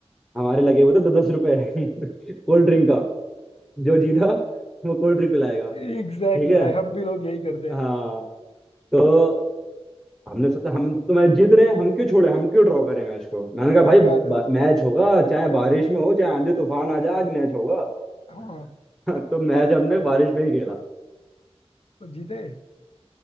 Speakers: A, in the centre; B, on the left.
A: हमारे लगे हुए थे दस दस रुपए <laughs> कोल्ड ड्रिंक का जो जीता वो कोल्ड ड्रिंक पिलाएगा
B: एग्जैक्टली exactly
A: ठीक है
B: भाई हम भी लोग यही करते हैं
A: हाँ तो हमने सोचा हम तो मैच जीत रहे हैं हम क्यों छोड़े हम क्यों ड्रॉ करें मैच को मैंने कहा
B: सही
A: भाई
B: बात है
A: मैच होगा चाहे बारिश में हो चाहे आंधी तूफान आ जाए आज मैच होगा
B: हाँ
A: <laughs> तो मैच हमने बारिश में ही खेला <laughs>
B: तो जीते